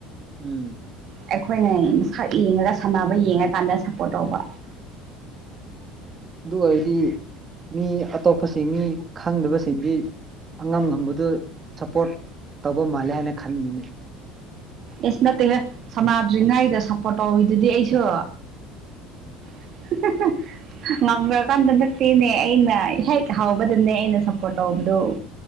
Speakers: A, on the right; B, on the right.
A: ꯎꯝ
B: ꯑꯩꯈꯣꯏꯅ ꯃꯁꯛ ꯌꯦꯡꯉꯒ ꯁꯥꯟꯅꯕ ꯌꯦꯡꯉꯀꯥꯟꯗ ꯁꯞꯄꯣꯔꯠ ꯇꯧꯕ
A: ꯑꯗꯨ ꯑꯣꯏꯔꯗꯤ ꯃꯤ ꯑꯇꯣꯞꯄꯁꯤꯡ ꯃꯤ ꯈꯪꯗꯕꯁꯤꯡꯗꯤ ꯑꯉꯝ ꯉꯝꯕꯗꯨ ꯁꯞꯄꯣꯔꯠ ꯇꯧꯕ ꯃꯥꯜꯂꯦ ꯍꯥꯏꯅ ꯈꯟꯅꯤꯡꯩ
B: ꯑꯦꯁ ꯅꯠꯇꯦ ꯍ ꯁꯃꯥꯗ꯭ꯔꯤꯉꯩꯗ ꯁꯞꯄꯣꯔꯠ ꯇꯧꯋꯤꯗꯨꯗꯤ ꯑꯩꯁꯨ <inaudible> ꯉꯝꯈ꯭ꯔꯀꯥꯟꯗ ꯅꯠꯇꯦꯅꯦ ꯑꯩꯅ ꯍꯦꯛ ꯍꯥꯎꯕꯗꯅꯦ ꯑꯩꯅ ꯁꯞꯄꯣꯔꯠ ꯇꯧꯕꯗꯣ